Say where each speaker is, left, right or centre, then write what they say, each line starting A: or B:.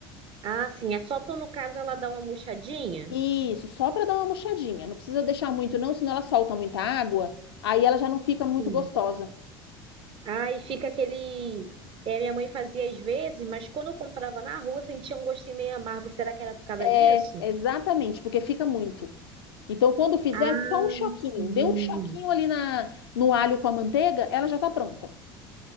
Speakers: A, on the right (about 45°); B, on the left (about 75°).
A: Ah, sim. É só pra, no caso, ela dar uma murchadinha?
B: Isso, só para dar uma murchadinha. Não precisa deixar muito, não, senão ela solta muita água, aí ela já não fica muito
A: Sim.
B: gostosa.
A: Aí fica aquele. É, minha mãe fazia às vezes, mas quando eu comprava na rua, sentia um gostinho meio amargo. Será que era por causa
B: É,
A: disso?
B: exatamente, porque fica muito. Então, quando fizer,
A: Ah,
B: só um choquinho.
A: sim.
B: Dê um choquinho ali na, no alho com a manteiga, ela já tá pronta.